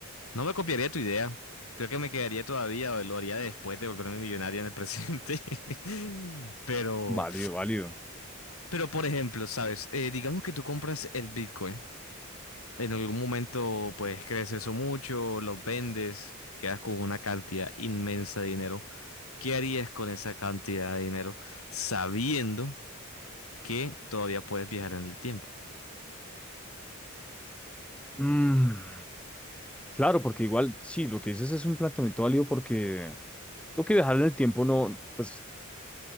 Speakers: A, on the left; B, in the centre.
A: no me copiaría tu idea. Creo que me quedaría todavía o lo haría después de volverme millonaria en el presente. <laughs> Pero,
B: válido, válido.
A: pero por ejemplo, ¿sabes? Eh, digamos que tú compras el Bitcoin. En algún momento, pues crece eso mucho, los vendes, quedas con una cantidad inmensa de dinero. ¿Qué harías con esa cantidad de dinero sabiendo? que todavía puedes viajar en el tiempo.
B: Mm, Claro, porque igual, sí, lo que dices es un planteamiento válido porque lo que viajar en el tiempo no, pues